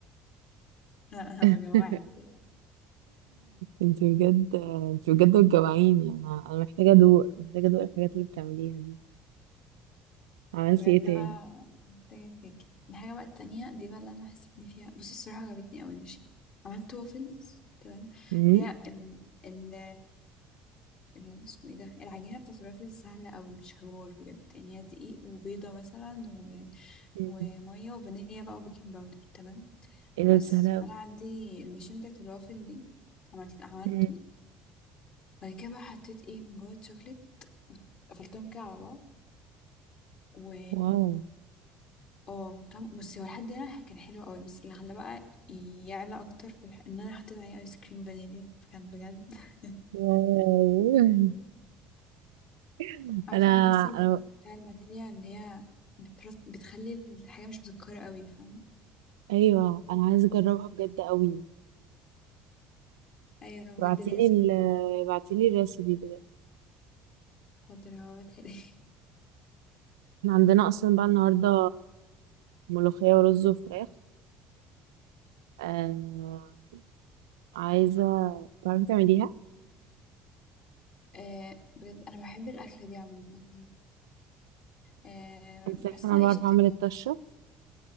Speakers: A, on the left; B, on the right.
A: <laughs> انا أنا
B: <laughs>
A: بجوعك دلوقتي.
B: انت بجد انت بجد بتجوعيني انا انا محتاجه ادوق محتاجه ادوق الحاجات اللي بتعمليها دي عملتي
A: بجد
B: ايه تاني
A: بقى محتاجه تيجي الحاجه بقى التانية دي بقى اللي انا حسيتني فيها بصي الصراحه عجبتني قوي ماشي عملت وافلز تمام
B: امم
A: هي ال ال ال- اسمه ايه ده العجينه بتاعت الوافلز سهله قوي مش حوار بجد يعني هي دقيق وبيضه مثلا و...
B: أمم.
A: وميه وفانيليا بقى وبيكنج باودر تمام
B: ايه ده
A: بس
B: دي سهله أوي.
A: فانا عندي الماشين بتاعت الوافل دي عملت عملته
B: أمم.
A: بعد كده بقى حطيت ايه من جوه الشوكليت وقفلتهم كده على بعض و
B: واو
A: اه طعم بصي هو لحد هنا كان حلو قوي بس اللي خلاه بقى يعلى اكتر في الح... ان انا حطيت عليه ايس كريم فانيليا فكان بجد <laughs>
B: واو <laughs>
A: عارفه
B: انا
A: الميكس اللي
B: انا
A: بتاع الفانيليا اللي هي بترط... بتخلي الحاجه مش مسكره قوي فاهمه
B: ايوه انا عايزه اجربها بجد قوي
A: ايوه
B: ابعتيلي
A: بجد لازم
B: ال ابعتيلي الريسبي بجد
A: حاضر هبعتها لك <laughs>
B: احنا عندنا اصلا بقى النهارده ملوخيه ورز وفراخ آه... عايزه تعرفي تعمليها
A: آه بجد انا بحب الاكله دي عموما آه
B: انت عارفه
A: بحسها
B: انا بعرف
A: قشطه
B: اعمل الطشه